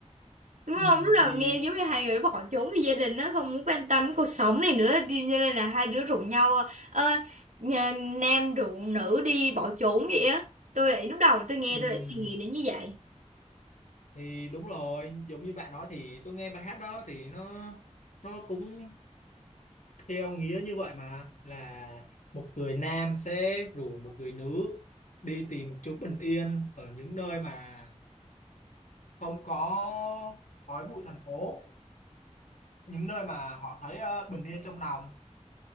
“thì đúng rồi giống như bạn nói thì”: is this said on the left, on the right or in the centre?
Left